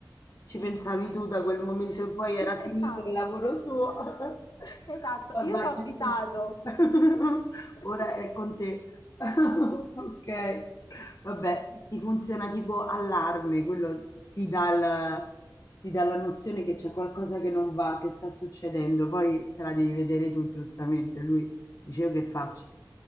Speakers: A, on the left (about 40°); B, on the left (about 65°).
A: Ci pensavi tu da quel momento
B: <laughs>
A: in poi era finito
B: Esatto,
A: il lavoro suo. <laughs>
B: esatto,
A: Ormai
B: io t'ho avvisato.
A: <laughs>
B: <laughs>
A: ora è con te. <laughs> Ok. Vabbè, ti funziona tipo allarme, quello ti dà il- ti dà la nozione che c'è qualcosa che non va, che sta succedendo, poi te la devi vedere tu giustamente. Lui dice, io che faccio?